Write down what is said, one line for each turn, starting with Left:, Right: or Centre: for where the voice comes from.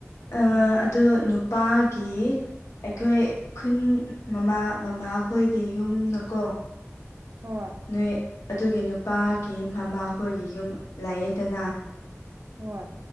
Left: ꯑ
Right: ꯎꯝ
Left: ꯑꯗꯨ ꯅꯨꯄꯥꯒꯤ ꯑꯩꯈꯣꯏ ꯈꯨꯟ ꯃꯃꯥ ꯃꯃꯥꯈꯣꯏꯒꯤ ꯌꯨꯝꯅꯀꯣ
Right: ꯍ
Left: ꯅꯣꯏ ꯑꯗꯨꯒꯤ ꯅꯨꯄꯥꯒꯤ ꯃꯃꯥꯈꯣꯏꯒꯤ ꯌꯨꯝ ꯂꯥꯛꯑꯦꯗꯅ
Right: ꯍ